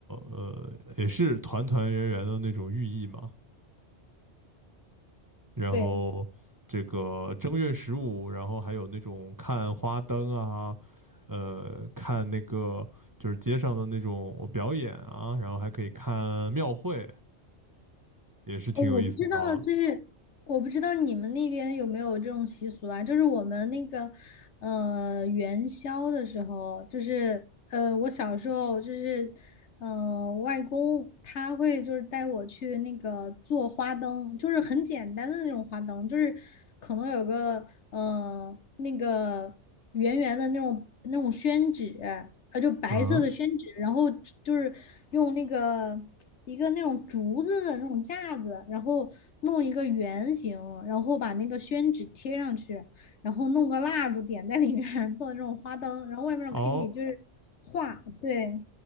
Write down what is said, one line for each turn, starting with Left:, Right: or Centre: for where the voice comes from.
Right: 呃也是团团圆圆的那种寓意嘛。然后这个正月十五，
Left: 对，
Right: 然后还有那种看花灯啊，呃看那个就是街上的那种表演啊，然后还可以看庙会，也是挺有意思的啊。
Left: 哦，我不知道，就是我不知道你们那边有没有这种习俗啊？就是我们那个呃元宵的时候，就是呃我小时候就是呃外公他会就是带我去那个做花灯，就是很简单的那种花灯，就是可能有个呃那个圆圆的那种那种宣纸，呃就白色的宣纸，
Right: 嗯，
Left: 然后就是用那个。一个那种竹子的那种架子，然后弄一个圆形，然后把那个宣纸贴上去，然后弄个蜡烛点在里面做那种花灯，然后外面可以就是画，
Right: 哦
Left: 对